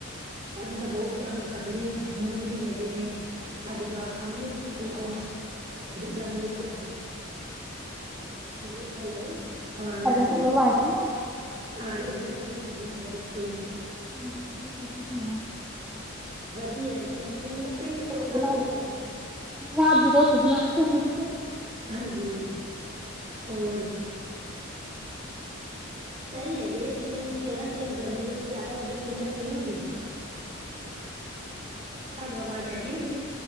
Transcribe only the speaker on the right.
ਅਸੀਂ ਤਾਂ ਬੋਤ ਜਾਮੁਨ ਖਾਧੇ ਨੇ। ਹੁਣ ਵੀ ਹੈਗੇ ਨੇ, ਸਾਡੇ ਜਵਾਕ ਖਾਂਦੇ ਨੇ ਪਿੰਡੋ। ਜਾਮੁਨ ਲੈਕੇ ਜਾਂਦੇ ਨੇ। ਹਾਂਜੀ, ਹੈਲੋ ਆਵਾਜ਼ ਆ
ਰਹੀ ਐ,
ਜੀ
ਆ ਰਹੀ ਹੈ ਜੀ ਹਾਂਜੀ -ਹਾਂਜੀ ਹੋਰ ਦੱਸੋ?
ਵਧੀਆ ਜਿਵੇਂ ਪਿੰਡ, ਪਿੰਡ ਸ਼ਹਿਰ ਨਾਲ
ਵਧੀਆ
ਹੁੰਦੇ ਨੀ
<inaudible>
ਹਾਂਜੀ, ਹੋਰ? ਸਹੀ, ਹੈਗੇ ਜਿਵੇਂਸ਼ਹਿਰਾਂ 'ਚ ਗਰਮੀ ਗੁਰਮੀ ਜ਼ਿਆਦਾ ਹੁੰਦੀ ਹੈ। ਪਿੰਡਾਂ ਚ ਨਹੀਂ ਹੁੰਦੀ। ਹੈਲੋ-ਅਵਾਜ਼ ਆ ਰਹੀ ਆ ਮੇਰੀੰ